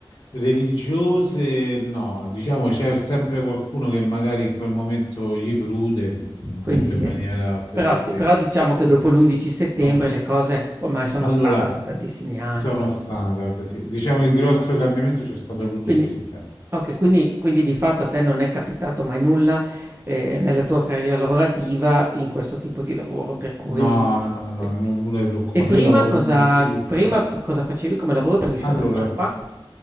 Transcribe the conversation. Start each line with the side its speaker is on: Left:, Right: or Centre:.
Left: religiose no, diciamo c'è sempre qualcuno che magari in quel momento gli prude, mm,
Right: quindi
Left: detto
Right: sì.
Left: in maniera così,
Right: Però d
Left: quindi.
Right: però diciamo che dopo l'11 settembre
Left: Però-
Right: le cose ormai sono
Left: Allora,
Right: standard da tantissimi anni.
Left: sono standard, sì. Diciamo il grosso cambiamento c'è stato l'11
Right: Quindi
Left: settembre.
Right: okay, quindi quindi di fatto a te non è capitato mai nulla, ehm, nella tua carriera lavorativa in questo tipo di lavoro per cui
Left: No, no, no,
Right: e
Left: no, nulla di preoccupa.
Right: e prima
Left: Io lavoro
Right: cosa
Left: pure in pista.
Right: prima p cosa facevi come lavoro per riuscire
Left: Allora,
Right: ad arrivare qua?